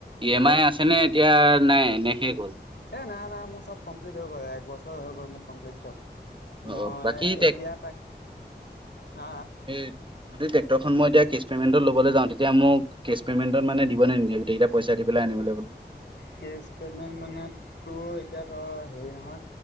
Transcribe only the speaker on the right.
ই এম আই আছেনে এতিয়া নাই এনে শেষ হ'ল।
অ
বাকী টেক
এ যদি ট্ৰেক্টৰ খন মই এতিয়া কেছ পেমেণ্টত ল'ব যাওঁ তেতিয়া মোক কেচ পেমেণ্ট ত মানে দিব নে নিদিয়ে তেতিয়া পইচা দি পেলাই আনিব